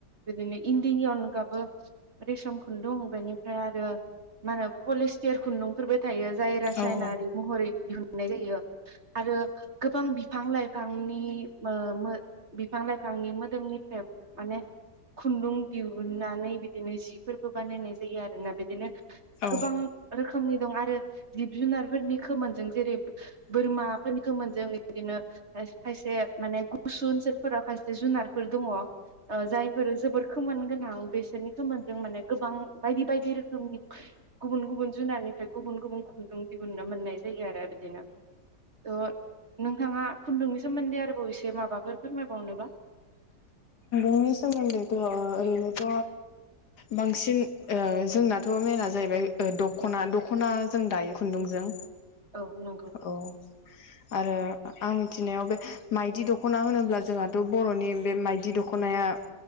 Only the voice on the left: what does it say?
उम
औ
खुन्दुंनि सोमोन्दैथ' ओरैनोथ' बांसिन ओ जोंनाथ' मेन जाहैबाय दख'ना दख'ना जों दायो खुन्दुंजों
औ आरो आं मिथिनायाव बे माइदि दख'ना होनोब्ला जोंहाथ' बर'नि बे माइदि दख दख'नाया